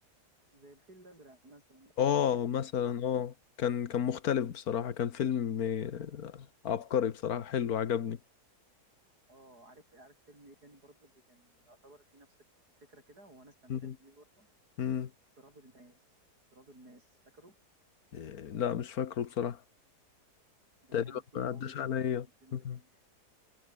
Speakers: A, on the right; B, on the left.
A: زي الفيل الازرق مثلا نفس
B: اه
A: الفكره
B: مثلا
A: قصدي
B: اه كان كان مختلف بصراحة كان فيلم آه، عبقري بصراحة حلو عجبني
A: اه عارف عارف فيلم ايه تاني برضو اللي كان يعتبر فيه نفس الفكره كده وانا استمتعت
B: مم.
A: بيه برضو
B: مم.
A: تراب الماس تراب الماس فاكره
B: آه، لا مش فاكره بصراحة
A: ده
B: تقريبا
A: كان فيه
B: ما
A: عمق
B: عداش عليا
A: يعني الفيلم
B: مم.
A: ده كان جامد